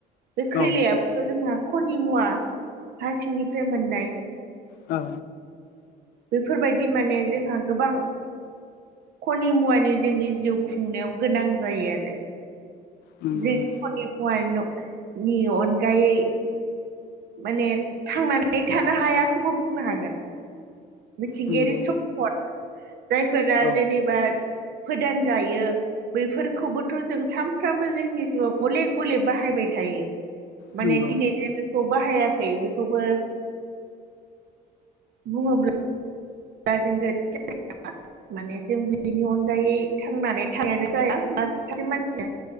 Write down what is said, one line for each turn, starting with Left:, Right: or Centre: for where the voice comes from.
Right: बे खैलाया
Left: औ
Right: जोंहा कनि मुवा हा सिंनिफ्राय मोननाय।
Left: औ।
Right: बेफोरबायदि माने जोंहा गोबां खनि मुवानि जोंनि जिउ खुंनायाव गोनां जायो आरो
Left: नंगौ
Right: जोंनि
Left: नंगौ
Right: खनि मुवा न नि अनगायै माने थांनानै थानो हायाखौबो बुंनो हागोन। मिथिंगायारि
Left: नंगौ
Right: सम फथ जायफोरा
Left: औ
Right: जेनेबा फोदान जायो। बैफोरखौबोथ' जों सानफ्रामबो जोंनि जिउआव गलेब गलेब बाहायबाय थायो। माने
Left: नंगौ
Right: दिनैथाय बेखौ बाहायाखै बेखौबो बुंङोब्ला जों गोरोन्थि जानायनङा माने जों बिनि अनगायै थांनानै थानायानो जाया। मासे मानसि